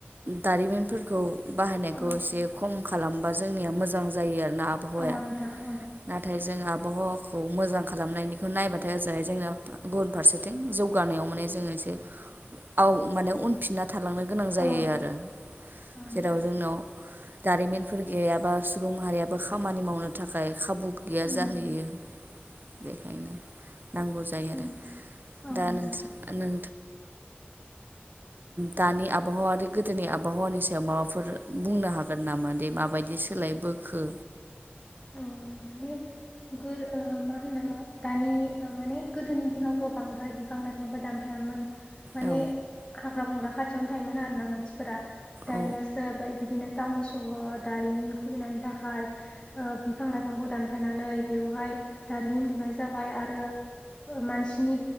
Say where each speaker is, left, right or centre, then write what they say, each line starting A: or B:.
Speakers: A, on the right; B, on the left.
A: दारिमिनफोरखौ बाहायनायखौ
B: अ
A: एसे खम खालामबा जोंनिया मोजां जायो आरो। आबहावाया
B: अ नोंथां अ
A: नाथाय जों आबहावाखौ मोजां खालामनायनिखौ नायबाथाय ओजोंहाय जोंना गुबुन फारसेथिं जौगानायाव माने जोङो एसे औ माने उनफिनना थालांनो गोनां जायो
B: अ
A: आरो
B: अ नोंथां
A: जेराव जोंनाव दारिमिनफोर गैया। बा सुबुं माहारियाबो खामानि मावनो थाखाय खाबु गैया
B: उम
A: जाहैयो। बेखायनो नांगौ जायो
B: उम
A: आरो
B: अ
A: दा
B: नोंथां
A: नोंसोर नों
B: <inaudible>
A: दानि आबहावा आरो गोदोनि आबहावानि सायाव माबाफोर बुंनो हागोन नामा दे माबायदि सोलायबोखो? बोखो।
B: अ माने गो मा होनो। दानि माने गोदोनि दिनावथ' बांद्राय बिफां लाइफांफोर दानफायामोन माने
A: औ
B: हाग्रा बंग्रा खाथियावनो थायोमोन आरो ना। मानसिफोरा दानिया
A: औ
B: सोबाय बिदिनो टाउन सहर दारिमिन खुलिनायनि थाखाय बिफां लाइफांखौ दानफायनानै बेवहाय दारिमिन लुनाय जाबाय आरो मानसिनि